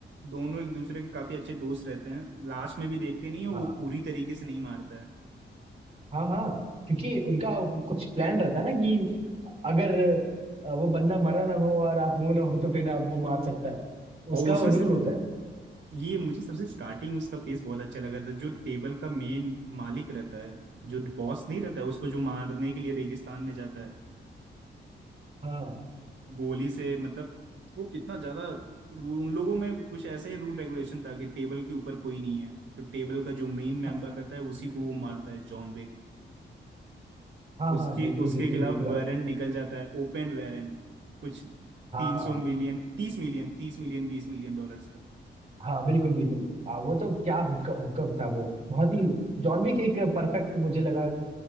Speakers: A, on the right; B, on the right.
A: दोनों एक दूसरे के काफी अच्छे दोस्त रहते हैं लास्ट में भी देखते नहीं है
B: हाँ
A: वो पूरी तरीके से नहीं मारता है
B: हाँ हाँ क्योंकि उनका कुछ प्लान रहता है ना कि अगर अ, वो बंदा मरा ना हो और आप वो ना हो तो फिर आप वो मार सकता है
A: और
B: उसका
A: उसमें
B: रूल होता है
A: ये मुझे सबसे स्टार्टिंग उसका फेस बहुत अच्छा लगा था जो टेबल का मेन मालिक रहता है जो बॉस नहीं रहता है उसको जो मारने के लिए रेगिस्तान में जाता है
B: हाँ हाँ
A: गोली से मतलब वो कितना ज्यादा वो- उन लोगों में कुछ ऐसा ही रूल रेगुलेशन था कि टेबल के ऊपर कोई नहीं है तो टेबल का जो मेन मेंबर
B: हाँ
A: रहता है उसी को वो मारता है जॉन विक
B: हाँ हाँ,
A: उसके
B: बिल्कुल
A: उसके
B: बिल्कुल
A: खिलाफ
B: बिल्कुल आप
A: वारंट निकल जाता है ओपन वारंट कुछ
B: हाँ
A: तीन सौ million तीस million तीस million बीस million dollar
B: हाँ बिल्कुल बिल्कुल आ, वो तो क्या हुक्का हुक्का था वो बहुत ही जॉन विक एक परफेक्ट मुझे लगा